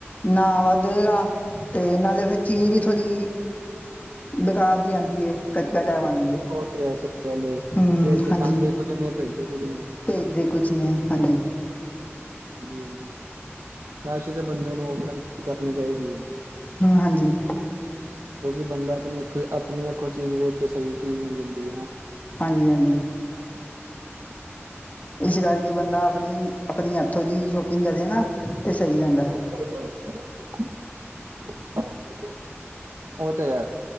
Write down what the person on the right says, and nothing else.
ਉਹ ਤੇ ਹੈ ਸਹੀ ਗੱਲ ਏ
ਫੇਰ ਦਿਖਾਂਦੇ
ਕੁੱਝ ਨੇ ਭੇਜਦੇ ਕੁੱਝ ਨੇ
ਹਾਂਜੀ, ਹਾਂਜੀ ਵੈਸੇ ਤਾਂ ਬੰਦੇ ਨੂੰ ਓਫਲਾਈਨ ਕਰਨੀ ਚਾਹੀਦੀ ਏ।
ਕਿਉਂਕਿ ਬੰਦਾ ਆਪਣੀ ਅੱਖ ਆਪਣੀ ਅੱਖੋ ਚੀਜ਼ ਵੇਖ ਕੇ ਸਹੀ ਚੀਜ਼ ਮਿਲ ਜਾਂਦੀ ਹੈ ਨਾ।
<unintelligible> ਉਹ ਤੇ ਹੈ।